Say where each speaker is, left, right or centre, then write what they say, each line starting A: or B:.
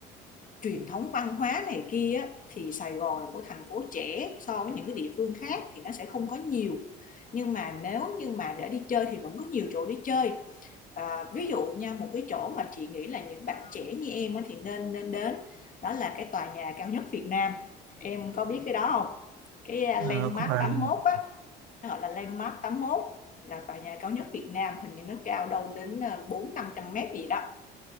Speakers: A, on the left; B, on the right.
A: truyền thống văn hóa này kia thì Sài Gòn là một thành phố trẻ so với những cái địa phương khác thì nó sẽ không có nhiều nhưng mà nếu như mà để đi chơi thì vẫn có nhiều chỗ đi chơi À, ví dụ nha một cái chỗ mà chị nghĩ là những bạn trẻ như em thì nên nên đến đó là cái tòa nhà cao nhất Việt Nam em có biết cái đó không cái ờ, landmark
B: à, không phải
A: tám
B: là-
A: mốt á nó gọi là landmark tám mốt là tòa nhà cao nhất Việt Nam hình như nó cao đâu đến ờ, bốn năm trăm mét gì đó